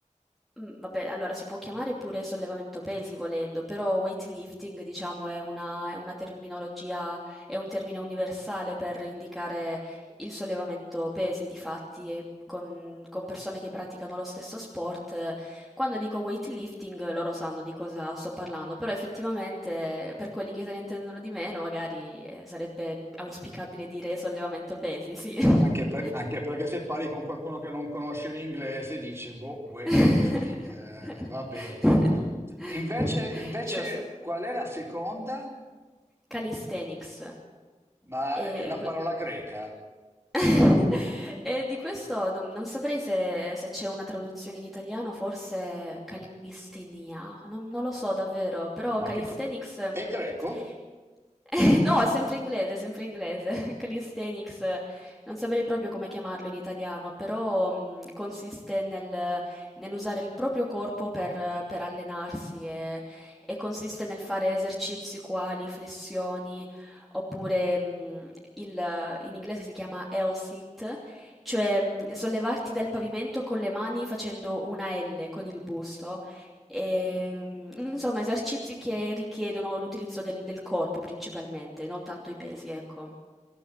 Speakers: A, in the centre; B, on the right.
A: Mhmm, vabbè, allora si può chiamare pure sollevamento pesi volendo, però weightlifting diciamo è una è una terminologia è un termine universale per indicare il sollevamento pesi. Difatti, ehm, con con persone che praticano lo stesso sport, eh, quando dico weightlifting eh, loro sanno di cosa sto parlando, però effettivamente eh, per quelli che se ne intendono di meno magari, ehm, sarebbe auspicabile dire sollevamento pesi, sì. <laughs>
B: Anche, per- anche perché se parli con qualcuno che non conosce l'inglese dice, boh, weightlifting,
A: <laughs>
B: eh, va bene. Invece, invece,
A: Giusto.
B: qual è la seconda?
A: Calisthenics.
B: Ma è,
A: E
B: è una parola
A: que
B: greca.
A: <laughs> E di questo non non saprei se se c'è una traduzione in italiano, forse calistenia, non non lo so davvero, però
B: Ma
A: calisthenics
B: che co-
A: <laughs>
B: è greco?
A: eh, No, è sempre inglese, sempre inglese. <laughs> Calisthenics, eh, non saprei proprio come chiamarlo in italiano, però mh, consiste nel, nell'usare il proprio corpo per, eh, per allenarsi e, e consiste nel fare esercizi quali flessioni, oppure mh, il- in inglese si chiama L sit, cioè mh, sollevarti dal pavimento con le mani facendo una L con il busto. E, mh, insomma, esercizi che richiedono l'utilizzo del, del corpo principalmente, non tanto i pesi, ecco.